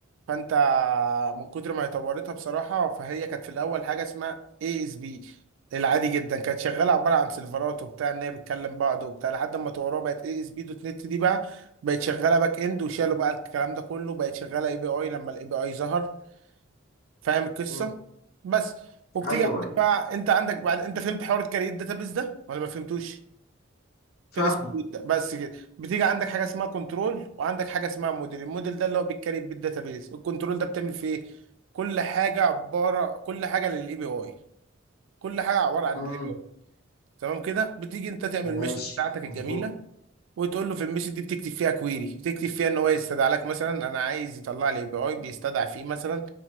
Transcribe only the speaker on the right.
فانت من كتر ما هي طورتها بصراحه فهي كانت في الاول حاجه اسمها اي اس بي العادي جدا كانت شغاله عباره عن سيرفرات وبتاع ان هي بتكلم بعض وبتاع لحد ما طوروها بقت اي اس بي دوت نت دي بقى بقت شغاله باك اند وشالوا
بقى الكلام ده كله بقت شغاله اي بي اي لما الاي بي اي ظهر فاهم القصه
بس وبتيجي
عندك بقى انت عندك بعد انت فهمت حوار الكارير داتابيز ده ولا ما فهمتوش
فيرست بيت بس كده بتيجي عندك حاجه اسمها كنترول وعندك حاجه اسمها موديل الموديل ده اللي هو بيتكريت بالداتابيز الكنترول ده بتعمل فيه ايه كل حاجه عباره كل حاجه للاي بي اي كل حاجه عباره عن
الاي بي اي تمام كده بتيجي انت تعمل
الميثود بتاعتك
الجميله وتقول له في الميثود دي بتكتب فيها كويري تكتب فيها ان هو يستدعى لك مثلا انا عايز يطلع لي اي بي اي بيستدعى فيه مثلا